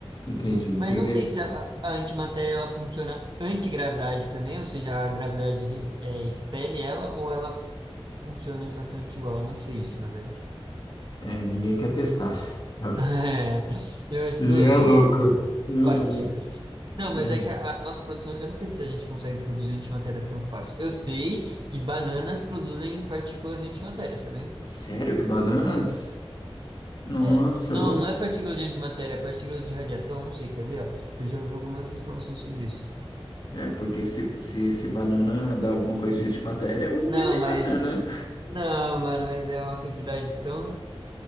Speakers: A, on the left; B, on the right.
A: Entendi,
B: Mas
A: tem
B: não
A: que deixar.
B: sei se a, a antimatéria ela funciona antigravidade também, ou seja, a gravidade re- é, expele ela ou ela fu- funciona exatamente igual. Eu não sei isso, na verdade.
A: É, ninguém quer testar. <laughs>
B: <laughs> É, eu imagino
A: E é
B: o
A: louco. Uhum.
B: país assim. Não, mas
A: É.
B: é que a, a nossa produção, eu não sei se a gente consegue produzir antimatéria tão fácil. Eu sei que bananas produzem partículas de antimatéria, sabia?
A: Sério que bananas? Nossa,
B: É, não,
A: vamos.
B: não é partícula de antimatéria, é partícula de radiação, não sei, quer ver, ó? Eu já ouvi algumas informações sobre isso.
A: É, porque se, se, se banana dá alguma coisa de antimatéria, vamos
B: Não,
A: vender
B: mas,
A: banana.
B: não, mano, mas é uma quantidade tão